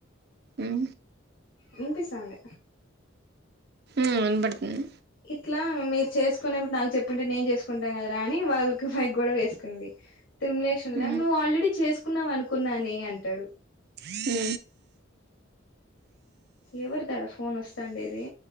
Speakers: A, on the right (about 55°); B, on the left (about 75°).
A: ఉ
B: వినిపిస్తాంది
A: హు వినపడుతుంది
B: ఇట్లా మీరు చేసుకునేప్పుడు నాకు చెప్పుంటే నేను చేసుకుంటాను కదా రా అని వాళ్ళకి పైక్ గొడవ వేసుకుంది తిరుమలేశ్ ఉన్లా
A: హ్మ్
B: నువ్వు ఆల్రెడీ చేసుకున్నావ అనుకున్నానేను అంటాడు
A: హు
B: ఎవరిది ఆడా ఫోన్ వస్తాండేది